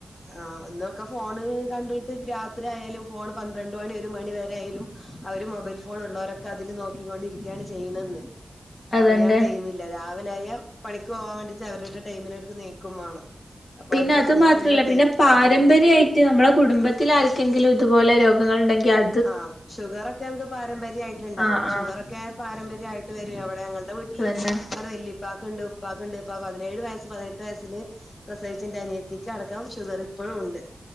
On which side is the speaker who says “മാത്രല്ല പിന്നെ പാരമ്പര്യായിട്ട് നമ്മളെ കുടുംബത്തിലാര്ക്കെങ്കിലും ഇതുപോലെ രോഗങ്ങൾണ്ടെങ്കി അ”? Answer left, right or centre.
Left